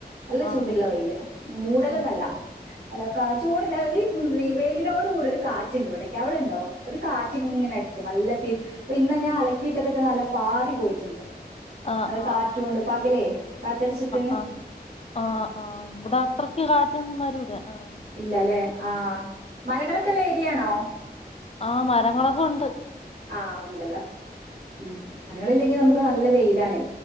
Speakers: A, on the right; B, on the left.
A: നല്ല
B: ആ
A: ചൂടുള്ള വെയില് മൂടല്ലന്നല്ല
B: ആ
A: അല്ല കാ ചൂട ഈ വെയിലിനോട് കൂടെ ഒരു കാറ്റുണ്ട് ഇവിടക്കെ അവിടെണ്ടോ ഒരു കാറ്റ് ഇങ്ങനെ അടി നല്ല അപ്പൊ ഇന്ന് ഞാൻ അലക്കിയിട്ടത്തൊക്കെ നല്ല പാറി പോയിട്ടുണ്ട്
B: ആ
A: അത്
B: ആ
A: കാറ്റൊണ്ട് പകലേ കാറ്റടച്ചിട്ട്
B: ആ ആ ആ ആ ഇവിടെ അത്രയ്ക്ക് കാറ്റൊന്നും വരൂല ആ
A: ഇല്ല അല്ലെ ആ മരങ്ങൾ ഒക്കെയുള്ള ഏരിയാണോ
B: ആ മരങ്ങളൊക്കെ ഉണ്ട്
A: ആ ഉണ്ടല്ല ഉം മരങ്ങളില്ലെങ്കിൽ നമുക്ക് നല്ല വെയിലാണേ